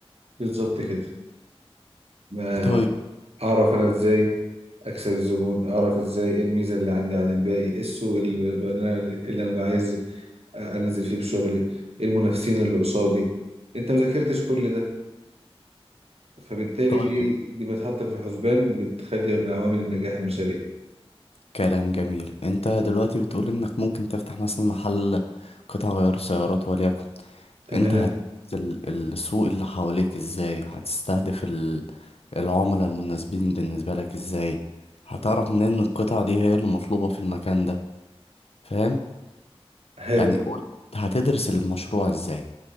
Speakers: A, on the right (about 75°); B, on the left (about 70°).
A: بالظبط كده ما
B: طيب
A: أعرف أنا إزاي أكسب الزبون أعرف إزاي إيه الميزة اللي عندي عن الباقي إيه السوق اللي اللي أنا اللي أنا بعايز انزل فيه بشغلي ايه المنافسين اللي قصادي انت ما ذاكرتش كل ده فبالتالي
B: طيب
A: دي دي متحطه في الحسبان بتخلي من عوامل النجاح المشاريع
B: كلام جميل انت دلوقتي بتقول انك ممكن تفتح مثلا محل قطع غيار سيارات وليكن
A: تمام
B: انت هت ال- السوق اللي حواليك ازاي هتستهدف ال... العملاء المناسبين بالنسبة لك ازاي هتعرف منين ان القطع دي هي اللي مطلوبة في المكان ده فاهم
A: حلو
B: يعني هتدرس المشروع ازاي